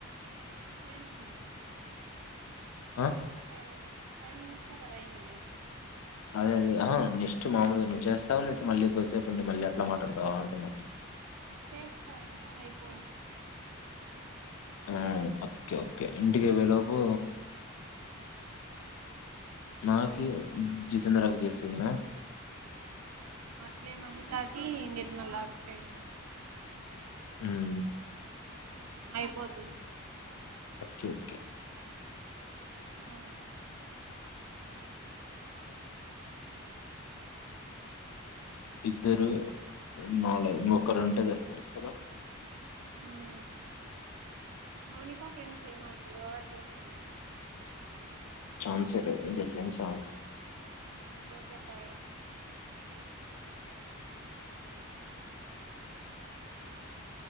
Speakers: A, on the right; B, on the left.
A: టైమ్ అయిందా
B: ఆ
A: ఇంకా ఫైవే కదా ఫైవ్ మినిట్సే కద అయిండేది
B: అదే అదే ఆహా నెక్స్ట్ మాముూలుగా నువ్వు చేస్తావా లేతే మళ్ళీ కూసేపు ఉండి మళ్ళీ అట్లా మాట్లాడతావా అంటున్నా.
A: చేస్తా ఇక
B: ఆ ఓకే ఓకే ఇంటికి వేళేలోపు నాకి జితేంద్రకి చేసేయ్ నా
A: ఇట్లే మహితాకి నిర్మలా కి చెయ్ ను
B: హ్మ్
A: అయిపోతుంది
B: ఓకే ఓకే
A: ఆ
B: ఇద్దరూ నాలే ఇంకొక్కరు ఉంటే సరి కదా
A: హ్మ్ మౌనికాకి ఏం చెయ్య మాకు ఎవాయిడ్ చేస్తాము
B: ఛాన్సే లేదు ఇంకా జేమ్స్ హార్డెన్
A: పోతేపాయ